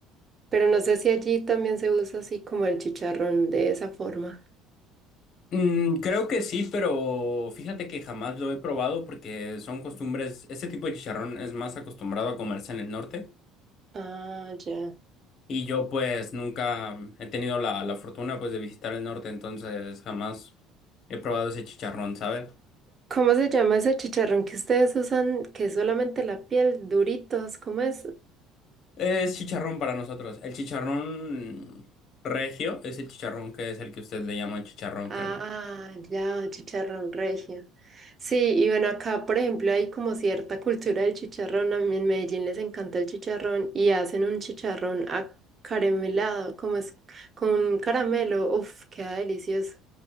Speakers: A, on the right; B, on the left.
A: Pero no sé si allí también se usa así como el chicharrón de esa forma.
B: Mm, creo que sí, pero fíjate que jamás lo he probado porque son costumbres, este tipo de chicharrón es más acostumbrado a comerse en el norte
A: Ah, ya.
B: y yo pues nunca he tenido la, la fortuna pues de visitar el norte, entonces jamás he probado ese chicharrón, ¿sabes?
A: ¿Cómo se llama ese chicharrón que ustedes usan, que es solamente la piel, duritos? ¿Cómo es?
B: Es chicharrón para nosotros. El chicharrón regio es el chicharrón que es el que usted le llama chicharrón,
A: Ah,
B: creo.
A: ya, chicharrón regio. Sí, y bueno, acá, por ejemplo, hay como cierta cultura del chicharrón. A mí en Medellín les encanta el chicharrón y hacen un chicharrón acaramelado, como es con un caramelo. Uf, queda delicioso.